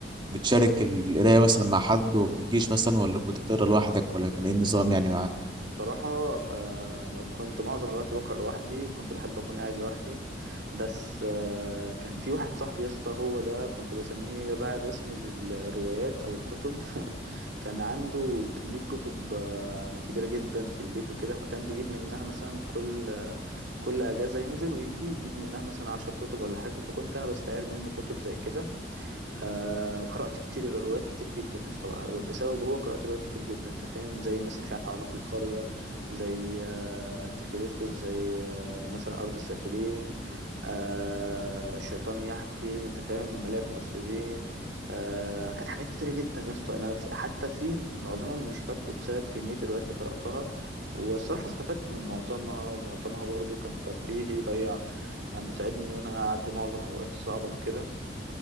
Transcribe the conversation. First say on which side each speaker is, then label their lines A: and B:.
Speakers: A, on the right; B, on the right.
A: بتشارك القرايه مثلا مع حد في الجيش مثلا ولا كنت بتقرا لوحدك ولا كان ايه النظام يعني معاك
B: صراحة آه، كنت معظم الوقت بقرأ لوحدي وكنت بحب أكون قاعد لوحدي بس آه، كان في واحد صاحبي يا اسطى هو ده كنت بسميه الراعي الرسمي للروايات أو الكتب <laughs> كان عنده كمية كتب آه، كبيرة جدا في البيت وكده فكان بيجيب منها مثلا كل آه، كل أجازة ينزل ويجي يجيب منها مثلا عشر كتب ولا حاجة فكنت أنا بستعير منه كتب زي كده آه قرأت كتير روايات كتير جدا يا اسطى بسبب هو قرأت روايات كتير جدا انت فاهم زي مثلا مش عارف عراف القرية زي آه انتي خريستوس زي آه مثلا أرض السافلين آه الشيطان يحكي انت فاهم ملاك نصيبين آه كانت حاجات كتيرة جدا يا اسطى انا ف- حتى في معظمهم مش فاكره بسبب كمية الروايات اللي قرأتها والصراحة استفدت من معظمها ومعظمها برضو كان ترفيهي ضيع يعني ساعدني ان انا اعدي معظم اوقاتي الصعبة وكده